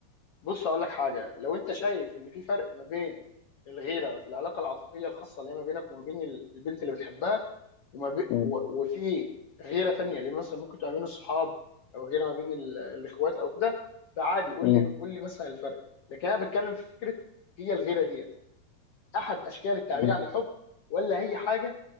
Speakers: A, on the left (about 55°); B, on the left (about 80°).
A: بص اقول لك حاجه لو انت شايف ان في فرق ما بين الغيره في العلاقه العاطفيه الخاصه اللي هي ما بينك وما بين البنت اللي بتحبها وما بي...
B: ف...
A: و... وفي غيره تانية اللي مثلا ممكن تبقى ما بين الصحاب او غيره ما بين ال... الاخوات او كده فعادي قول
B: مم.
A: لي قول لي مثلا الفرق لكن انا بتكلم في فكره هي الغيره ديت احد اشكال التعبير
B: مم.
A: عن الحب ولا هي حاجه